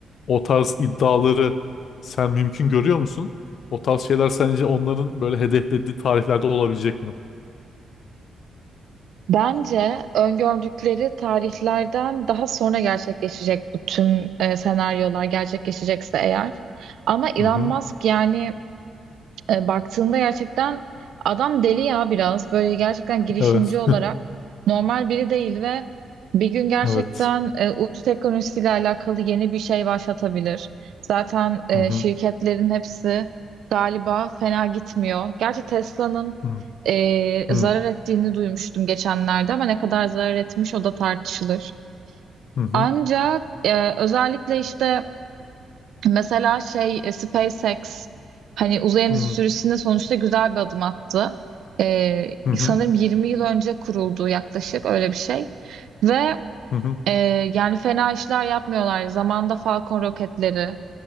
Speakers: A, on the left; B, on the right.
A: O tarz iddiaları sen mümkün görüyor musun? O tarz şeyler sence onların böyle hedeflediği tarihlerde olabilecek mi?
B: Bence öngördükleri tarihlerden daha sonra gerçekleşecek bu tüm e, senaryolar gerçekleşecekse eğer. Ama Elon
A: Hı hı.
B: Musk yani e, baktığında gerçekten adam deli ya biraz böyle gerçekten girişimci
A: Evet,
B: olarak normal biri değil ve bir gün gerçekten
A: evet.
B: e, uydu teknolojisiyle alakalı yeni bir şey başlatabilir. Zaten e,
A: Hı hı.
B: şirketlerin hepsi galiba fena gitmiyor. Gerçi Tesla'nın
A: Hı
B: e,
A: hı.
B: zarar ettiğini duymuştum geçenlerde ama ne kadar zarar etmiş o da tartışılır.
A: Hı hı.
B: Ancak e, özellikle işte Mesela şey e, SpaceX hani uzay endüstrisinde
A: Hı hı.
B: sonuçta güzel bir adım attı. Ee,
A: Hı hı.
B: sanırım 20 yıl önce kuruldu yaklaşık öyle bir şey. Ve
A: Hı hı.
B: e, yani fena işler yapmıyorlar. Zamanda Falcon roketleri